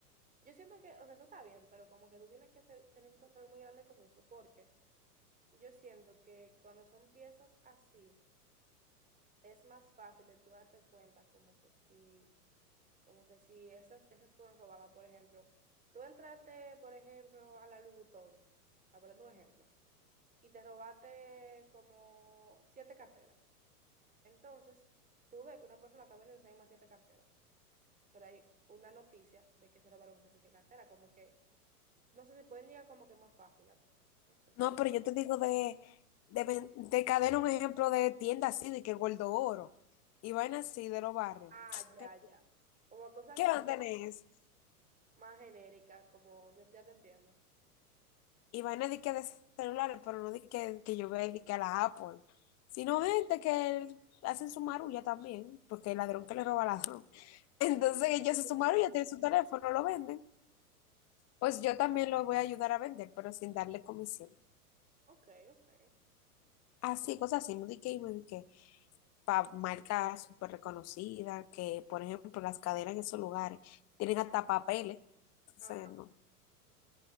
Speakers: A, on the right; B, on the left.
A: Yo siento que, o sea, eso está bien, pero como que tú tienes que ser- tener un control muy grande con eso, porque Yo siento que cuando son piezas así, es más fácil de tú darte cuenta como que si, como que si esas, esas fueron robadas, por ejemplo. Tú entraste, por ejemplo, a la Louis Vuitton, a poner un ejemplo, y te robaste como siete carteras. Entonces, tú ves que una persona está vendiendo esas mismas siete carteras, pero hay una noticia de que se robaron esas siete carteras, como que, no sé si pueden llegar como que más fácil a ti. No sé si
B: No,
A: tú... me-
B: pero yo te digo de, de, ven- de cadena un ejemplo de tienda así, de que Gordo Oro y vaina así de los barrios.
A: Ah,
B: <tsk>
A: ya,
B: ¿Qué,
A: ya. Como cosas
B: qué
A: que
B: van
A: son...
B: a tener? eso?
A: más genérica, como ya, ya te entiendo.
B: Y vaina de que de celulares, pero no de que, que yo vea de que a la Apple, sino gente que hacen su marulla también, porque el ladrón que le roba al ladrón. <laughs> Entonces ellos
A: Ellos
B: hacen
A: que están
B: su marulla,
A: al-
B: tienen su teléfono, lo venden. Pues yo también lo voy a ayudar a vender, pero sin darle comisión.
A: Ok, ok.
B: Así, cosas así, no di que y me di que. para marcas súper reconocidas, que por ejemplo las cadenas en esos lugares tienen hasta papeles, entonces
A: Ajá,
B: no,